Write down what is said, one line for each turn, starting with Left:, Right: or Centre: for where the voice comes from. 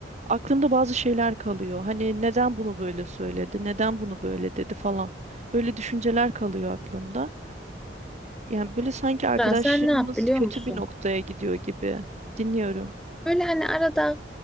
Right: aklımda bazı şeyler kalıyor. Hani neden bunu böyle söyledi, neden bunu böyle dedi falan. Böyle düşünceler kalıyor aklımda. Yani böyle sanki arkadaşlığımız
Centre: Ya sen ne yap biliyor
Right: kötü
Centre: musun?
Right: bir noktaya gidiyor gibi. Dinliyorum.
Centre: Böyle hani arada